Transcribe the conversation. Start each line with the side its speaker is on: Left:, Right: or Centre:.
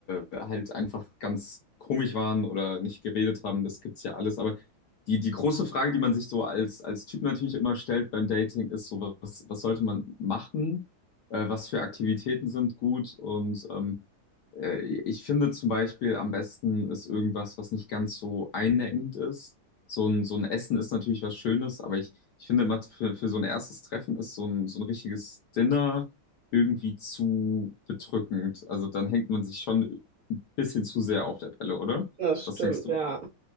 Left: halt einfach ganz komisch waren oder nicht geredet haben. Das gibt's ja alles. Aber die, die große Frage, die man sich so als, als Typ natürlich immer stellt beim Dating, ist so, was, was sollte man machen? Äh, was für Aktivitäten sind gut? Und ähm, äh, ich finde zum Beispiel am besten ist irgendwas, was nicht ganz so einengend ist. So ein, so ein Essen ist natürlich was Schönes, aber ich, ich finde immer für, für so ein erstes Treffen ist so ein, so ein richtiges Dinner irgendwie zu bedrückend. Also dann hängt man sich schon ein bisschen zu sehr auf der Pelle, oder?
Right: das
Left: Was
Right: stimmt,
Left: denkst du?
Right: ja.